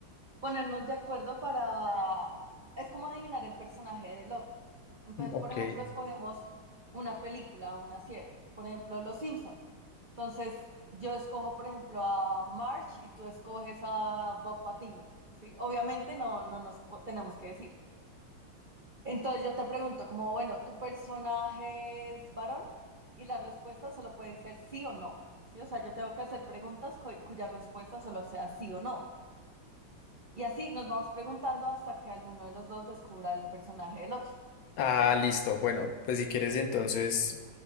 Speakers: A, on the right; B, on the left.
A: ponernos de acuerdo para... Es como adivinar el personaje del otro. Entonces,
B: Mm, Ok.
A: por ejemplo, escogemos una película o una serie. Por ejemplo, Los Simpson. Entonces, yo escojo, por ejemplo, a Marge y tú escoges a Bob Patiño, ¿sí? Obviamente no, no nos po- tenemos que decir. Entonces yo te pregunto, como bueno, ¿tu personaje es varón? Y las respuestas solo pueden ser sí o no. ¿Sí? O sea, yo tengo que hacer preguntas cu- cuya respuesta solo sea sí o no. Y así nos vamos preguntando hasta que alguno de los dos descubra el personaje del otro.
B: Ah, listo. Bueno, pues si quieres entonces